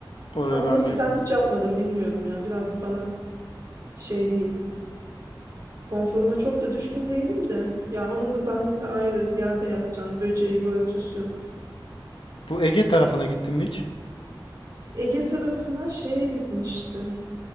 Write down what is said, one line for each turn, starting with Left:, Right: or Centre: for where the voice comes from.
Left: Oraya
Right: Ama
Left: ben
Right: nasıl
Left: mi?
Right: ben hiç yapmadım bilmiyorum ya. Biraz bana şey değil. Konforuma çok da düşkün değilim de. Ya onun da zahmeti ayrı. Yerde yatacaksın. Böceği, börtüsü.
Left: Bu Ege tarafına gittin mi hiç?
Right: Ege tarafına şeye gitmiştim.